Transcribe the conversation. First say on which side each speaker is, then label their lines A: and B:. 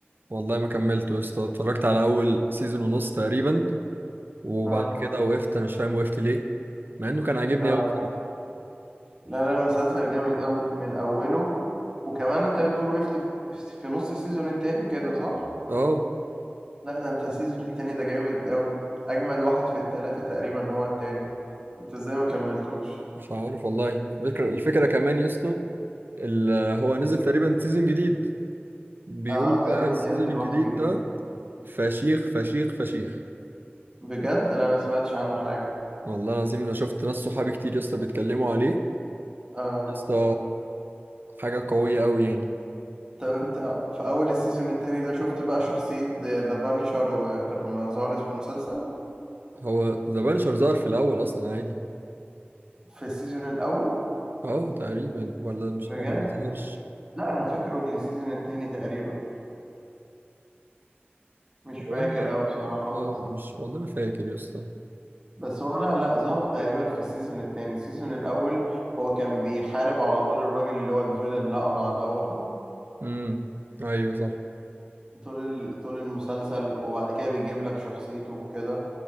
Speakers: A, on the right (about 55°); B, on the right (about 20°).
A: والله ما كملته يا اسطى اتفرجت على اول سيزون ونص تقريبا وبعد
B: اه
A: كده وقفت انا مش فاهم وقفت ليه مع انه كان عاجبني
B: اه
A: قوي بصراحه
B: لا لا المسلسل جامد قوي من اوله وكمان انت بتقول وقفت في في نص السيزون التاني كده صح
A: اه
B: لا ده انت السيزون التاني ده جامد قوي اجمد واحد في التلاتة تقريبا هو التاني انت ازاي ما كملتوش
A: مش عارف والله الفكره الفكره كمان يا اسطى ال- هو نزل تقريبا سيزون جديد بيقولوا
B: اه تقريبا
A: بقى السيزون
B: هينزل
A: الجديد
B: واحد جديد
A: ده فشيخ فشيخ فشيخ
B: بجد لا انا ما سمعتش عنه حاجة
A: والله العظيم انا شفت ناس صحابي كتير يا اسطى بيتكلموا عليه
B: اه
A: يا اسطى حاجه قويه قوي يعني
B: طب انت في اول السيزون التاني ده شفت بقى شخصية ذا بانشر لما ظهرت في المسلسل
A: هو ذا بانشر ظهر في الاول اصلا عادي
B: في السيزون الأول
A: اه تقريبا ولا مش
B: بجد
A: ولا ما ظهرش
B: لا أنا فاكره من السيزون التاني تقريبا مش
A: ولا
B: فاكر أوي بصراحة
A: اه
B: بس
A: مش والله ما فاكر يا اسطى
B: بس هو لا لا ظهر تقريبا في السيزون التاني السيزون الأول هو كان بيحارب على طول الراجل اللي هو الفيلن الأقرع ده هو
A: امم ايوه صح
B: <laughs> طول ال- طول المسلسل وبعد كده بيجيب لك شخصيته وكده